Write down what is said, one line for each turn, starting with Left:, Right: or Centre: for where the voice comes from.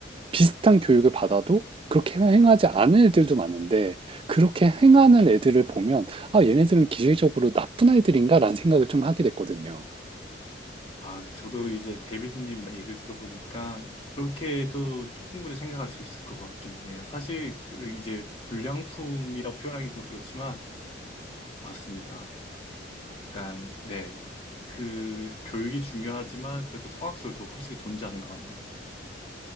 Right: 비슷한 교육을 받아도 그렇게 행하지 않은 애들도 많은데 그렇게 행하는 애들을 보면 아 얘네들은 기질적으로 나쁜 아이들인가라는 생각을 좀 하게 됐거든요.
Left: 아, 저도 이제 데이비드님 얘기를 들어보니까 그렇게도 충분히 생각할 수 있을 것 같기는 해요. 사실 그 이제 불량품이라고 표현하기 좀 그렇지만 맞습니다. 약간 네. 그 교육이 중요하지만 그래도 성악설도 확실히 존재하는 것 같네요.